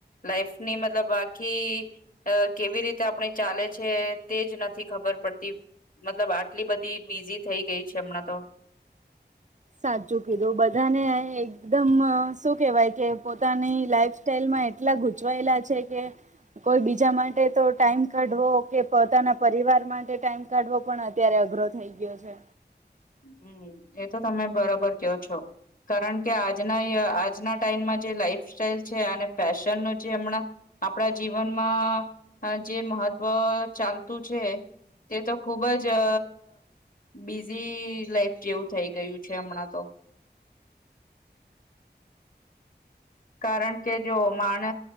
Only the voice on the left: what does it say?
લાઈફ ની મતલબ આખી કેવી રીતે આપણી ચાલે છે તે જ નથી ખબર. પડતી મતલબ આટલી બધી બીઝી થઈ ગઈ છે હમણાં તો.
હમ એ તો તમે બરાબર કયો છો. કારણ કે આજના આજના ટાઈમમાં જે લાઈફ સ્ટાઈલ છે અને. ફેશન ન જે હમણાં આપણા જીવનમાં જે મહત્વ ચાલતું. છે તે તો ખુબ જ બિઝી. લાઈફ જેવું થઈ ગયું છે હમણાં તો. કારણ કે જો માણ